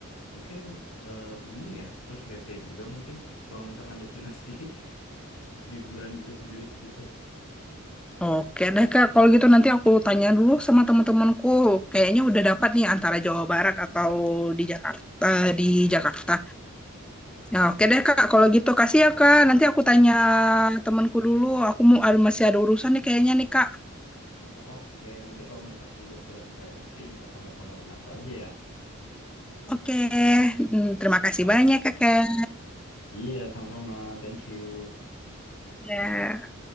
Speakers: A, on the left; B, in the centre.
A: mungkin eh, bingung ya, terus bete juga mungkin kalau misalkan destinasi <laughs> liburan gitu sendiri ke situ.
B: Oke deh, Kak. Kalau gitu nanti aku tanya dulu sama teman-temanku. Kayaknya udah dapat nih antara Jawa Barat atau di Jakarta, di Jakarta. Ya oke deh Kak, kalau gitu kasih ya Kak. Nanti aku tanya temanku dulu. Aku mau ada masih ada urusan nih kayaknya nih Kak.
A: Oke, nanti kalau misalkan butuh referensi bisa kabar-kabarin aku aja ya.
B: Oke, Hmm, terima kasih
A: Oh.
B: banyak Kakak.
A: Iya, sama-sama. Thank you.
B: Ya.